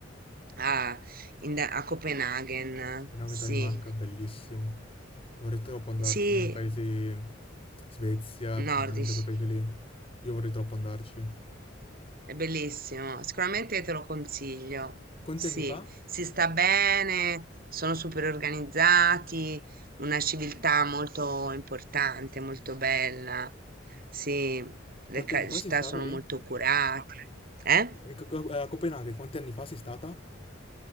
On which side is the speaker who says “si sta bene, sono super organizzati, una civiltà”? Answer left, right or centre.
Right